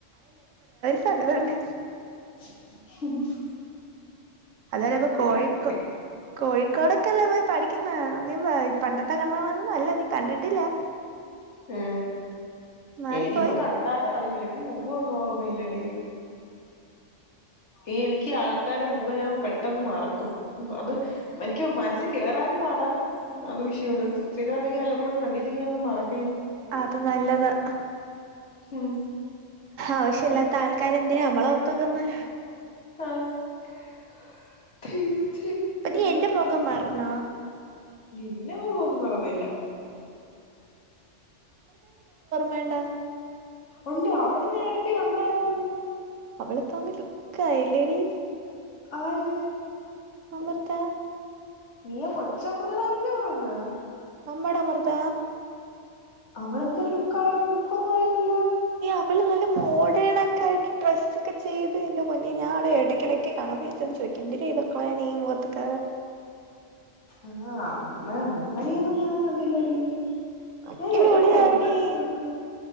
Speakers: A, on the right (about 80°); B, on the left (about 65°).
A: അരി തണ്ട്
B: ഉ
A: അതല്ല അപ്പൊ കോഴക്ക്
B: കിട്ടട്ടെ
A: കോഴിക്കോടൊക്കെല്ലേ പോയി പഠിക്കുന്ന നീ പണ്ടത്തെ കമൊന്നും അല്ല നീ കണ്ടിട്ടില്ല
B: ഉ
A: മാറിപ്പോയി
B: എനിക്കിപ്പ കണ്ടാലും അറിയില എനിക്ക് മുഖംഒന്നും ഓർമ്മ ഇല്ലടി ഈ എനിക്ക് ആൾക്കാരടെ മുഖം ഞാൻ പെട്ടെന്ന് മറക്കും അത് എനിക്ക് മനസ്സ് കേറാനും പാടാ അത് വിഷയമാണ് സ്ഥിരം അല്ലെങ്കിൽ വല്ലപ്പോഴും കണ്ടില്ലെങ്കിൽ അത് മറക്ക
A: അത് നല്ലതാ
B: ഹും
A: ആവശ്യല്ലാതെ ആൾക്കാരെന്തിനാ നമ്മളോർത്തോണ്ടിരിക്കുന്നെ
B: <unintelligible>
A: അപ്പോനീ എന്റെ മുഖം മറന്നോ
B: നിന്നെ മുഖ്യൊന്നും മറന്നില്ല
A: വേണ്ട
B: ഉണ്ട് അവളെ ഞാൻ ഇടക്ക് കണ്ടാരുന്നു
A: അവിളിപ്പോ അങ്ങ് ലുക്ക്‌ ആയി അല്ലേടി
B: ആര്
A: അമൃത
B: നീയാ കൊച്ച് അമൃതയുടെ കാര്യല്ലേ പറയുന്നത്
A: നമ്മടെ അമൃത
B: അവളെന്ത്‌ ലുക്കായി ലുക്ക് പോയില്ലല്ലോ
A: അവൾ നല്ല മോഡേൺ ഒക്കെ ആയിട്ട് ഡ്രസ്സൊക്കെ ചെയ്ത് എന്റെ പൊന്നേ ഞാൻ ഓളെ ഇടയ്ക്കിടക്കക്ക് കാണുമ്പോ ചോദിക്ക <unintelligible> ഈ മുഖത്തക്ക
B: ആ അന്ന് അങ്ങനെയൊന്നും ഞാൻ കണ്ടില്ലടി
A: അടിപൊളിയാടി
B: നീ ഇടക്ക് എന്താ പറയണത്